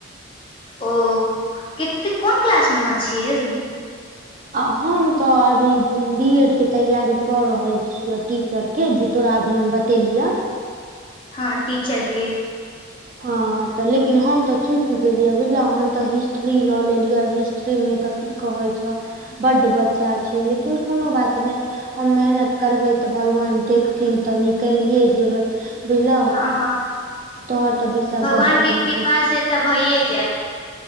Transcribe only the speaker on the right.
आ हमत अभी बीएड के तैयारी क रहलछी यों टीचर की जे तोरा अभी हम बतेलियए
हँ अ त लेकिन हम त चुक गेलियै बुझलों हम त हिस्ट्री ल लेलियै हिस्ट्री मे त की कहयछ बड्ड बच्चाछय लेकिन कोनो बात नै हम मेहनत करबय त भगवान देखथिन त निकलये जेबय बुझलोह
तोहर त विषय
बड बढ़िआं